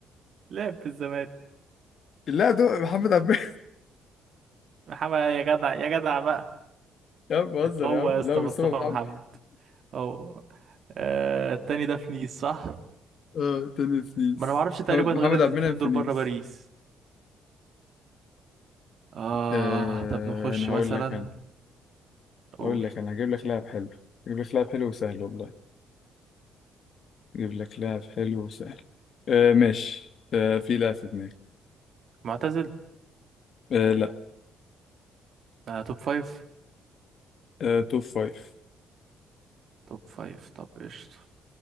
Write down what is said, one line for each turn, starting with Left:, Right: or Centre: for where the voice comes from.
Right: لعب في الزمالك
Left: اللاعب ده محمد عبد
Right: محمد يا جدع يا جدع بقى
Left: <laughs> يا عم بهزر
Right: هو
Left: يا عم
Right: يا اسطى
Left: لا مصطفى
Right: مصطفى
Left: محمد
Right: محمد هو آه التاني ده في نيس صح
Left: اه تاني في نيس
Right: ما انا معرفش تقريبا
Left: محمد محمد
Right: غير الاتنين
Left: عبد المنعم في
Right: دول
Left: نيس
Right: بره باريس اه
Left: آه
Right: طب نخش
Left: انا هقول
Right: مثلا
Left: لك انا
Right: قول
Left: هقول لك انا هجيب لك لاعب حلو هجيب لك لاعب حلو وسهل والله هجيب لك لاعب حلو وسهل آه ماشي آه في لاعب في دماغي
Right: معتزل
Left: آه لا
Right: آه توب فايف
Left: آه توب فايف
Right: توب فايف طب قشطة